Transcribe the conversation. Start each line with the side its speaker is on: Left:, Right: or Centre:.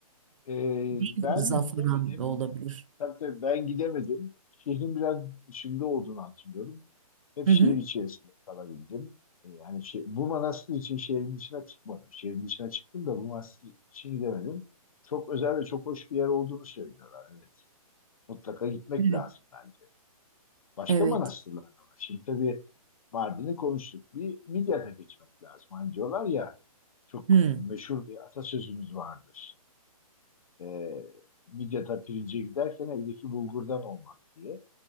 Left: Ee,
Right: Darul
Left: ben
Right: Zafaran
Left: gidemedim.
Right: da olabilir.
Left: Tabii tabii ben gidemedim. Şehrin biraz dışında olduğunu hatırlıyorum. Hep
Right: Hı
Left: şehir
Right: hı.
Left: içerisinde kalabildim. Ee, yani şey, bu manastır için şehrin dışına çıkmadım. Şehrin dışına çıktım da bu manastır için gidemedim. Çok özel ve çok hoş bir yer olduğunu söylüyorlar. Evet. Mutlaka gitmek
Right: Evet.
Left: lazım bence. Başka
Right: Evet.
Left: manastırlar da var. Şimdi tabii Mardin'i konuştuk. Bir Midyat'a geçmek lazım. Hani diyorlar ya çok
Right: Hı
Left: meşhur bir atasözümüz vardır. Ee, Midyat'a pirince giderken evdeki bulgurdan olmak diye.